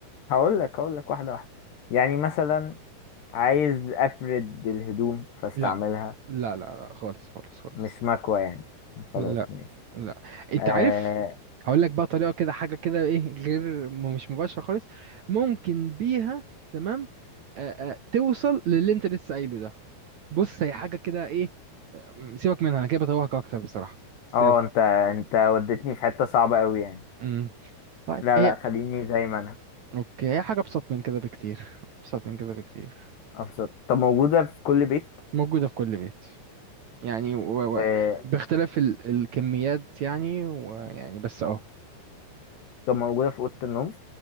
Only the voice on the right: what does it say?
لا لا لا لا، خالص خالص خالص
لا
لا انت
عارف هقول لك بقى طريقه كده حاجه كده ايه غير م- مش مباشره خالص ممكن بيها تمام آه آه توصل للي انت لسه قايله ده بص هي حاجه كده ايه آه، م- سيبك منها انا كده بتوهك اكتر بصراحه بس
يلا
امم طيب
هي
اوكي هي حاجه ابسط من كده بكتير ابسط من كده بكتير
موجوده في كل بيت يعني و...
و... باختلاف ال... الكميات يعني ويعني بس اهو